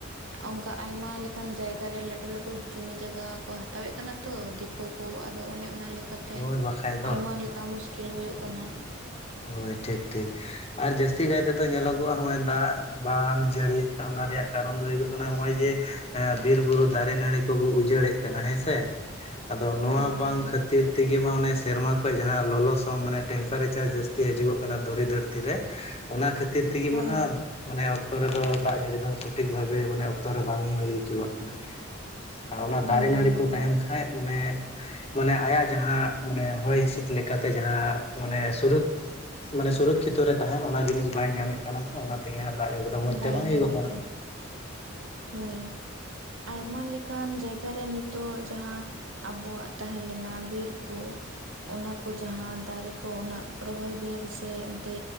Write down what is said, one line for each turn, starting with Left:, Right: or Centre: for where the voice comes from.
Right: ᱚᱝᱠᱟ ᱟᱭᱢᱟ ᱞᱮᱠᱟᱱ, ᱡᱟᱭᱜᱟ ᱨᱮ ᱞᱟᱹᱴᱩ ᱞᱟᱹᱴᱩ ᱡᱚᱢᱤ ᱡᱟᱜᱟ ᱠᱚ, ᱦᱟᱛᱟᱣᱮᱫ ᱠᱟᱱᱟ᱾ ᱛᱚ ᱫᱤᱠᱩ ᱠᱚ, ᱟᱫᱚ ᱚᱱᱮ ᱚᱱᱟ ᱞᱮᱠᱟᱛᱮ,
Left: ᱦᱳᱭ ᱵᱟᱠᱷᱟᱡ ᱫᱚ
Right: ᱟᱭᱢᱟ ᱞᱮᱠᱟ ᱢᱩᱥᱠᱤᱞ ᱦᱳᱭᱳᱜ ᱠᱟᱱᱟ᱾
Left: ᱦᱳᱭ, ᱴᱷᱤᱠ, ᱴᱷᱤᱠ᱾ ᱟᱨ ᱡᱟᱹᱥᱛᱤ ᱠᱟᱭ ᱛᱮᱫᱚ ᱧᱮᱞᱚᱜᱚᱜᱼᱟ, ᱦᱚᱸᱜᱼᱚᱭ ᱫᱟᱜ ᱵᱟᱝ ᱡᱟᱹᱲᱤᱭᱮᱜ ᱚᱱᱟ, ᱨᱮᱭᱟᱜ ᱠᱟᱨᱚᱱ ᱫᱚ, ᱦᱳᱭᱳᱜᱼᱚ ᱠᱟᱱᱟ, ᱦᱚᱸᱜᱼᱚᱭ ᱡᱮ ᱮᱸ ᱵᱤᱨ ᱵᱩᱨᱩ ᱫᱟᱨᱮ ᱱᱟᱹᱲᱤ ᱠᱚᱵᱚ, ᱩᱡᱟᱹᱲᱮᱜ ᱠᱟᱱᱟ, ᱦᱮᱸᱥᱮ? ᱟᱫᱚ ᱱᱚᱣᱟ
Right: ᱦᱳᱭ
Left: ᱵᱟᱝ
Right: ᱦᱳᱭ
Left: ᱠᱷᱟᱹᱛᱤᱨ ᱛᱮᱜᱮ ᱢᱟ, ᱚᱱᱮ ᱥᱮᱨᱢᱟ ᱠᱷᱚᱡ ᱡᱟᱦᱟᱸ, ᱞᱚᱞᱚᱥᱚᱝ ᱢᱟᱱᱮ, ᱴᱮᱢᱯᱟᱨᱮᱪᱟᱨ ᱡᱟᱹᱥᱛᱤ ᱛᱮ ᱦᱤᱡᱩᱜᱚᱜ ᱠᱟᱱᱟ, ᱫᱷᱩᱲᱤ ᱫᱷᱟᱹᱨᱛᱤ ᱨᱮ, ᱚᱱᱟ ᱠᱷᱟᱹᱛᱤᱨ ᱛᱮᱜᱮ
Right: ᱦᱳᱭ
Left: ᱢᱟ ᱦᱟᱸᱜ? ᱢᱟᱱᱮ ᱚᱠᱛᱚ ᱨᱮᱫᱚ, ᱫᱟᱜ ᱡᱟᱹᱲᱤ ᱫᱚ, ᱥᱚᱴᱷᱤᱠ ᱵᱷᱟᱵᱮ, ᱢᱟᱱᱮ ᱚᱠᱛᱚ ᱨᱮ ᱵᱟᱝ ᱦᱩᱭ ᱦᱚᱪᱚᱣᱟᱜ ᱠᱟᱱᱟ᱾ ᱟᱨ ᱚᱱᱟ
Right: ᱦᱳᱭ
Left: ᱫᱟᱨᱮ, ᱱᱟᱹᱲᱤ ᱠᱚ
Right: ᱦᱳᱭ
Left: ᱛᱟᱦᱮᱱ ᱠᱷᱟᱡ, ᱢᱟᱱᱮ ᱢᱟᱱᱮ ᱟᱭᱟᱜ ᱡᱟᱦᱟᱸ, ᱢᱟᱱᱮ ᱦᱚᱭ ᱦᱤᱸᱥᱤᱫ ᱞᱮᱠᱟᱛᱮ, ᱡᱟᱦᱟᱸ ᱢᱟᱱᱮ ᱥᱩᱨᱩᱠ ᱢᱟᱱᱮ ᱥᱩᱨᱚᱠᱷᱤᱛᱚ ᱨᱮ ᱛᱟᱦᱮᱱ, ᱚᱱᱟ ᱡᱤᱱᱤᱥ ᱵᱟᱭ ᱧᱟᱢᱮᱫ ᱠᱟᱱᱟ, ᱛᱚ ᱚᱱᱟ ᱛᱮᱜᱮ ᱫᱟᱜ ᱡᱟᱹᱲᱤ ᱫᱚ, ᱢᱚᱡᱽ
Right: ᱵᱟᱭ
Left: ᱛᱮ ᱵᱟᱝ
Right: ᱧᱟᱢᱮᱫ
Left: ᱦᱩᱭᱩᱜᱚᱜ ᱠᱟᱱᱟ᱾
Right: ᱦᱳᱭ, ᱟᱭᱢᱟ ᱞᱮᱠᱟᱱ ᱡᱟᱭᱜᱟ ᱨᱮ, ᱱᱤᱛᱚᱜ ᱡᱟᱦᱟᱸ ᱟᱵᱚᱣᱟᱜ ᱛᱟᱦᱮᱸ ᱞᱮᱱᱟ ᱵᱤᱨ ᱠᱚ᱾ ᱚᱱᱟ ᱠᱚ ᱡᱟᱦᱟᱸ ᱫᱟᱨᱮ ᱠᱚ, ᱩᱱᱟᱹᱜ ᱨᱚᱦᱚᱭ ᱵᱮᱨ ᱥᱮ, ᱮᱱᱛᱮ